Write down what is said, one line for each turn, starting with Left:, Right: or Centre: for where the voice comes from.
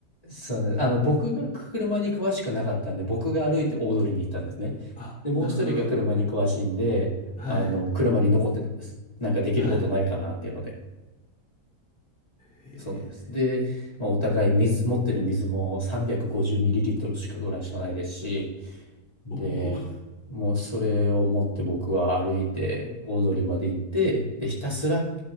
Left: そうね、あの僕が車に詳しくなかったんで、僕が歩いて大通りに行ったんですね。
Centre: あ、
Left: で、もう一人が車に詳しいんで、
Centre: なるほど、なるほど。はい、
Left: あの車に残ってたんです。なんかできることないかなっていうので。
Centre: はい。へえ、
Left: そうなんです。で、まあ、お互い水、持ってる水も 350ml しかぐらいしかないですし、で、
Centre: おお、
Left: もうそれを持って僕は歩いて大通りまで行って、で、ひたすら